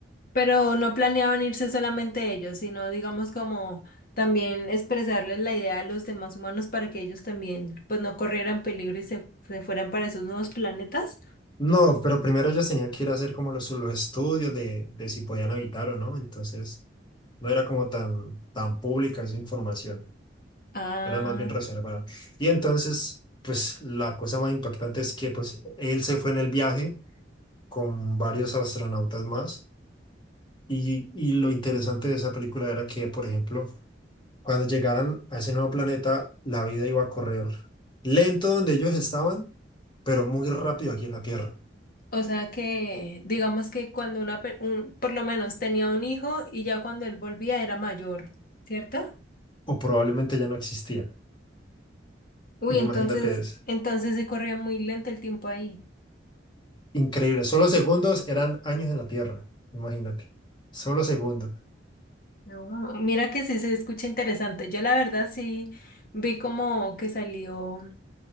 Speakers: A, on the left (about 50°); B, on the left (about 25°).
A: Pero no planeaban irse solamente ellos, sino digamos como también expresarles la idea a los demás humanos para que ellos también pues no corrieran peligro y se, se fueran para esos nuevos planetas.
B: No, pero primero ellos tenían que ir a hacer como los, los estudios de, de si podían habitar o no, entonces no era como tan, tan pública esa información,
A: Ah,
B: era más bien reservada. Y entonces, pues la cosa más importante es que pues él se fue en el viaje con varios astronautas más y, y lo interesante de esa película era que, por ejemplo, cuando llegaran a ese nuevo planeta, la vida iba a correr lento donde ellos estaban, pero muy rápido aquí en la Tierra,
A: o sea que digamos que cuando una, pe- un- por lo menos tenía un hijo y ya cuando él volvía era mayor, ¿cierto?
B: o probablemente ya no existía.
A: Uy,
B: Imagínate,
A: entonces,
B: es
A: entonces se corría muy lento el tiempo ahí.
B: increíble. Solo segundos eran años en la Tierra. Imagínate. Solo segundos.
A: No, mira que sí se escucha interesante. Yo la verdad sí vi como que salió,